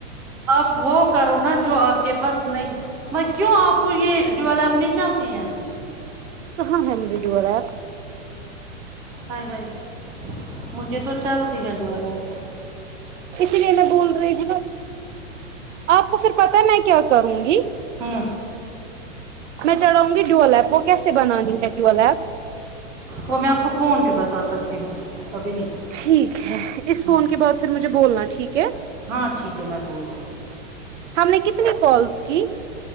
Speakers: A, in the centre; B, on the right (about 70°).
A: آپ وہ کرو نا جو آپ کے پاس نہیں میں کیوں آپ کو یہ ڈیول ایپ نہیں چلتی ہے
B: کہاں ہے مجھے ڈیول ایپ
A: ہائے ہائے مجھے تو چلتی ڈیول ایپ
B: اسی لیے میں بول رہی ہ نا آپ کو پھر پتا میں کیا کروں گی
A: ہوں
B: میں چلایوں گی گی ڈیول ایپ کیسے بنانی ہے ڈیول ایپ
A: وہ میں آپ کو فون پے بتا سکتی ہوں ابھی نہیں
B: ٹھیک ہے اس فون
A: ہوں
B: کے بعد پھر مجھے بولنا ٹھیک ہے
A: ہاں ٹھیک ہے میں بولتا
B: ہم نے کتنی کالز کی